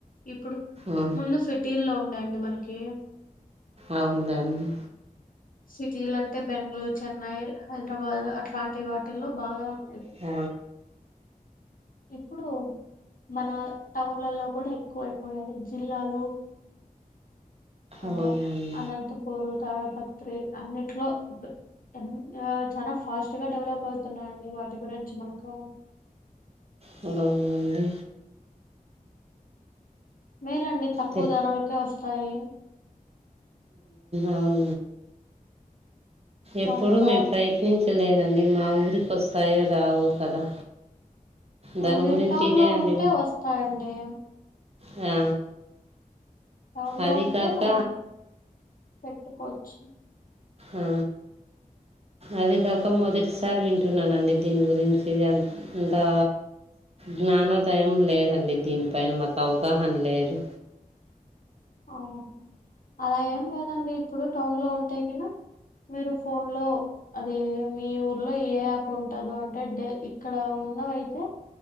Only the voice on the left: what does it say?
ఇప్పుడు
ముందు సిటీల్లో ఉండేయండి మనకి
సిటీలంటే బెంగళూర్, చెన్నై, హైదరాబాద్ అట్లాంటి వాటిల్లో బాగా ఉండేది.
ఇప్పుడు మన టౌన్లల్లో కూడా ఎక్కువైపోయాయి జిల్లాలు అంటే
అనంతపూర్, తాడపత్రి అన్నిట్లో ఇప్పు ఆ చాలా ఫాస్ట్గా డెవలప్ అవుతున్నాయండి వాటి గురించి మనకు
మేలండి తక్కు
ధరలకే వస్తాయి.
వాటికా
ఆ మీరు
టౌన్లో
ఉంటే వస్తాయండి.
టౌన్లో
ఉంటే
మనం పెట్టుకోవచ్చు.
అవునా అలా ఏం లేదండి ఇప్పుడు టౌన్లో ఉంటే గిన మీరు ఫోన్లో అదే మీ ఊర్లో ఏ యాప్ ఉంటదో అంటే డే ఇక్కడ ఉన్న వైపు